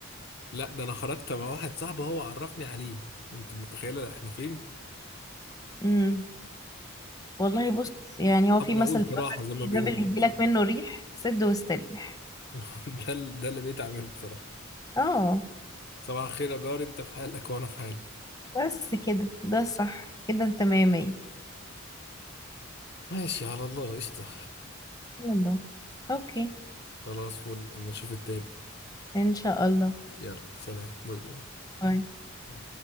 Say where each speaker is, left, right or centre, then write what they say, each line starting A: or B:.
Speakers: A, on the left; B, on the left.
A: لا ده انا خرجت مع واحد صاحبي هو عرفني عليه انت متخيله احنا فين
B: امم والله بص يعني هو
A: ابو
B: في
A: العقول
B: مثل
A: في
B: بيقول
A: راحه زي ما
B: لك الباب
A: بيقولوا
B: اللي يجيلك منه ريح سد واستريح
A: <laughs> ده ال- ده اللي بقيت اعمله بصراحه
B: اه
A: صباح الخير يا جار انت في حالك وانا في حالي
B: بس كده ده صح كده انت مية مية
A: ماشي على الله قشطه
B: يلا اوكي
A: خلاص فل بشوفك تاني
B: ان شاء الله
A: يلا سلام باي
B: باي
A: باي